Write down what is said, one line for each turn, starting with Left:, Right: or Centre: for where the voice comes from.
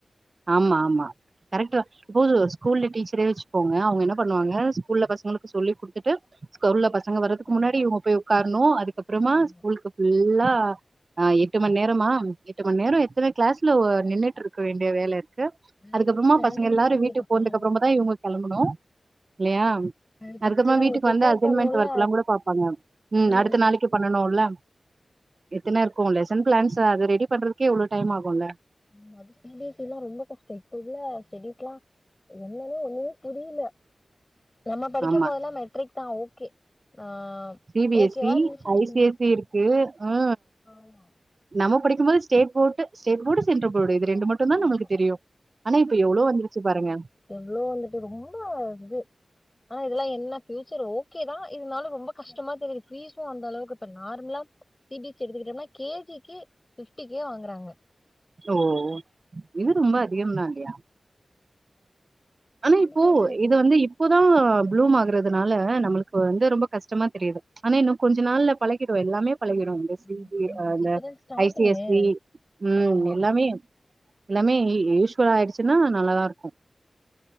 Right: ஆமா ஆமா கரெக்ட்டுதா போது ஸ்கூல்ல டீச்சரே வச்சுப்போங்க அவங்க என்ன பண்ணுவாங்க ஸ்கூல்ல பசங்களுக்கு சொல்லி குடுத்துட்டு ஸ்கொல்ல
Left: அவங்க
Right: பசங்க
Left: ப்ரிப்பேர்
Right: வறதுக்கு
Left: பண்ணணு
Right: முன்னாடியே இவங்க போய் உக்கார்ணும் அதுக்கப்புறமா
Left: ஆமா
Right: ஸ்கூல்க்கு ஃபுல்லா ஆ எட்டு மண் நேரமா எட்டு மண் நேரம் எத்தன கிளாஸ்ல நின்னுட்டு இருக்க வேண் அப்டியே வேல இருக்கு
Left: மேக்ஸிமம்
Right: அதுக்கப்புறமா
Left: ஸ்டாண்டிங்
Right: பசங்க எல்லாரும்
Left: தா அவங்களுக்கு
Right: வீட்டுக்கு போனதுக்குப்புறமா
Left: பாவோ
Right: தா இவுங்க களம்பணு இல்லயா
Left: அது பத்தாது
Right: அதுக்கப்புறம்
Left: அவங்க
Right: வீட்டுக்கு
Left: ப்ரிப்பேர்
Right: வந்து அசைன்மெண்ட்
Left: பண்ணுல்ல
Right: ஒர்க்குல்லாம் கூட பாபாங்க உம்
Left: ம்
Right: அடுத்த நாளைக்கு பண்ணனும்ல எத்தன இருக்கும் லெசன் பிளான்ஸ் அது ரெடி பண்றதுக்கே இவ்ளோ டைம் ஆகும்ல
Left: ஆமா அது சி பி எஸ் சில்லா ரொம்ப கஷ்ட இப்ப உள்ள ஸ்டெடீஸ்லா என்னனு ஒன்னுமே புரில நம்ம படிக்கும்
Right: ஆமா.
Left: போதெல்லா மெட்ரிக் தா ஓகே ஆ
Right: சி பி
Left: ஓகேவா
Right: எஸ் சி
Left: இருந்துச்சுன்னு வச்சுக்கோங்க
Right: ஐ சி எஸ் சி இருக்கு ஆ
Left: ஆமா
Right: நம்ம படிக்கும் போது ஸ்டேட் போட்டு ஸ்டேட் போர்டு சென்ட்ரல் போர்டு இது ரெண்டு மட்டுந்தா நம்மளுக்கு
Left: ஆமா
Right: தெரியு ஆனா இப்ப எவ்வளோ வந்துருச்சுப் பாருங்க
Left: எவ்வளோ வந்துட்டு ரொம்பா இது ஆனா இதுலா என்ன ஃபியூச்சர் ஓகே தா இருந்தாலு ரொம்ப கஷ்டமா தெரியது ஃபீஷு அந்த அளவுக்கு இப்ப நார்மலா எடுத்துக்கிட்டினா கே ஜிக்கே பிப்டிக்கே வாங்குறாங்க
Right: ஓ இது ரொம்ப அதிகம்தா இல்லையா ஆனா
Left: இந்த
Right: இப்போ
Left: சைட்லா எப்டி
Right: இது வந்து இப்போதா ப்ளூம் ஆகுறதுனால நம்மளுக்கு வந்து ரொம்ப கஷ்டமா தெரியுது ஆனா இன்னு கொஞ்ச நாள்ல பழகிடு எல்லாமே பழகிடு
Left: ஆமா
Right: இந்த சி
Left: ஆமா
Right: பி
Left: பழகிடு
Right: அ இந்த
Left: இப்பதா starting
Right: I C S C ம்
Left: ஆமா
Right: எல்லாமே எல்லாமே யூஸ்வல்லா ஆயிடுச்சுன்னா நல்லாதா இருக்கும்